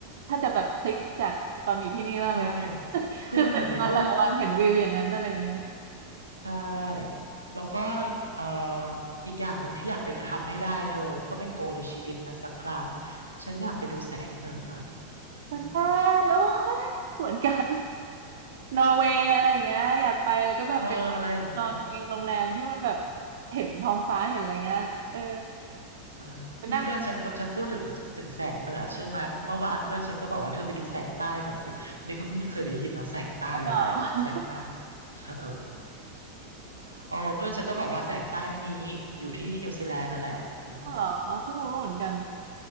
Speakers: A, on the right; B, on the right.
A: ถ้าจะแบบพลิกจากตอนอยู่ที่นี่มากเลย
B: ใช่
A: <laughs>
B: คือมันเหมือนในรูป
A: คือตื่นมาแต่ละวันเห็นวิวอย่างนั้นอะไรเงี้ย
B: ใช่ แล้วก็เอ่ออีกอย่างหนึ่งที่อยากไปทำให้ได้เธอ ก็เป็นโกในชีวิตนะสักครั้ง ฉันอยากไปดูแสงเหนือ
A: เหมือนกันโอ้ยเหมือนกัน
B: อืม
A: นอร์เวย์อะไรอย่างเงี้ยอยากไปแล้วก็แบบเป็น
B: เอออะไรอย่างนี้
A: นอนในโรงแรมที่มันแบบเห็นท้องฟ้าเห็นอะไรเงี้ยเออ
B: เออนี่เพื่อนฉันก็ฉันพูดถึงถึงแสงเหนือใช่ไหมเมื่อวานเพื่อนฉันก็บอกว่าเธอไปดูแสงใต้ก่อนสินี่ก็เพิ่งเคยได้ยินเนาะแสงใต้อะไรอะแสงใต้
A: ไปนั่งเหรอ
B: <laughs> เออโอ้เพื่อนฉันก็บอกว่าแสงใต้มีอยู่ที่นิวซีแลนด์นั่นแหละอืม
A: เหรอ <laughs> อ๋อเพิ่งรู้เหมือนกัน